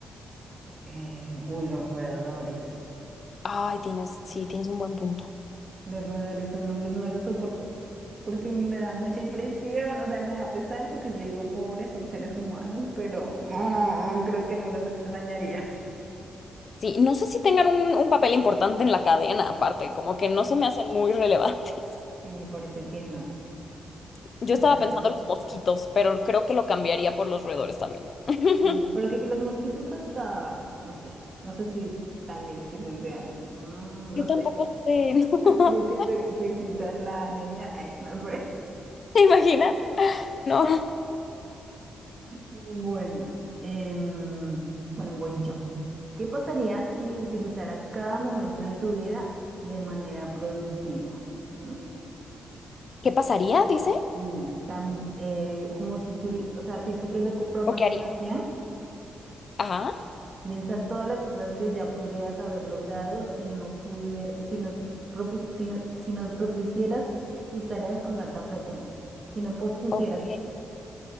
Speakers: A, on the right (about 30°); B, on the left (about 40°).
A: eh, uy, los roedores.
B: Ay, tienes, sí, tienes un buen punto.
A: Los roedores son- no, no no los soporto porque me dan mucha impresión. O sea, me da pesar porque yo digo, pobres, son seres humanos, pero mm, creo que no los extrañaría.
B: Sí, no sé si tengan un, un papel importante en la cadena, aparte, como que no se me hacen muy relevantes.
A: Sí, me parece que no.
B: <laughs> Yo
A: Me
B: estaba
A: parece
B: pensando
A: que
B: en los mosquitos, pero creo que lo cambiaría por los roedores también. <laughs>
A: sí. Porque que los mosquitos hasta, no sé, no sé si también sirven de algo. Mm, no
B: Yo tampoco
A: sé.
B: sé, <laughs> ¿no?
A: <laughs> Creo que te, te quitan la anemia. Ay, no sé.
B: ¿Te imaginas? No.
A: Bueno, em, bueno, voy yo. ¿Qué pasaría si utilizaras cada momento de tu vida de manera productiva? ¿Mm?
B: ¿Qué pasaría, dice?
A: Y tam- eh, como si tuvi- o sea, si sufres de co- procrastinación,
B: ¿O qué haría? Ajá.
A: piensa todas las cosas que ya podrías haber logrado si no pudier- si nos propus- si no- si nos propusieras tus tareas con tanta frecuencia, si no pospusieras,
B: Ok.